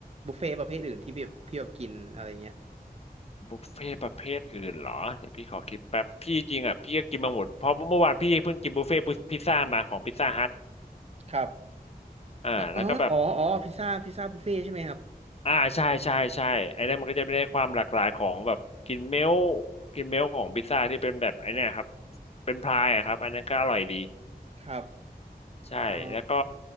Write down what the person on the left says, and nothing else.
บุฟเฟ่ต์ประเภทอื่นเหรอเดี๋ยวพี่ขอคิดแป๊บพี่จริงอ่ะพี่ก็กินมาหมดเพราะเมื่อวานพี่เพิ่งกินบุฟเฟ่ต์พิซซ่ามาของพิซซ่าฮัท
อ่าแล้วก็แบบ
อ่าใช่ใช่ใช่ไอ้นั่นมันก็จะได้ความหลากหลายของแบบกินเมลต์กินเมลต์ของพิซซ่าที่เป็นแบบไอ้เนี่ยครับเป็นพายอะครับอันนั้นก็อร่อยดี
ใช่แล้วก็